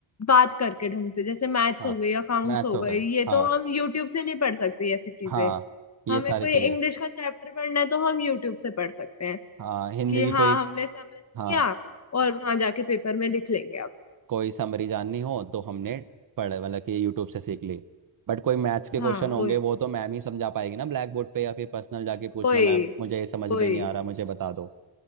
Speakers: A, on the left; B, on the right.
A: बात करके ढंग से जैसे मैथ्स
B: हाँ
A: हो गई अकाउंट्स
B: मैथ्स
A: हो
B: हो
A: गए
B: गए
A: ये
B: हाँ
A: तो हम यूट्यूब से नहीं पढ़ सकते ऐसी चीजें
B: हाँ ये
A: हमें
B: सारी
A: कोई
B: चीज़ें
A: इंग्लिश का चैप्टर पढ़ना है तो हम यूट्यूब से पढ़ सकते हैं
B: हाँ हिंदी
A: कि
B: की कोई
A: हाँ हमने समझ लिया
B: हाँ
A: और वहां जाके पेपर में लिख लेंगे अब
B: कोई समरी जाननी हो तो हमने पढ़े मतलब कि यूट्यूब से सीख ली बट कोई मैथ्स के
A: हाँ
B: क्वेश्चन होंगे
A: वही
B: वो तो मैम ही समझा पाएगी ना ब्लैक बोर्ड पे या फिर पर्सनल जाके पूछ
A: वही
B: लो मैम मुझे ये समझ
A: वही
B: में नहीं आ रहा मुझे बता दो